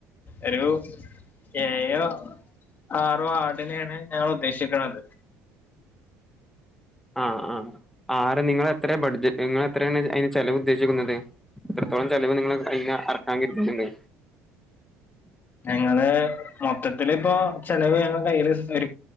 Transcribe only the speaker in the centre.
ആഹ് ആഹ് ആറ് നിങ്ങളെത്ര ബഡ്ജറ്റ് നിങ്ങളെത്രണ് അയ്ന് ചെലവ് ഉദ്ദേശിക്കുന്നത് എത്രത്തോളം ചെലവ് നിങ്ങൾ അയ്നെ അറക്കാൻ കരുതുന്ന് ഉണ്ട്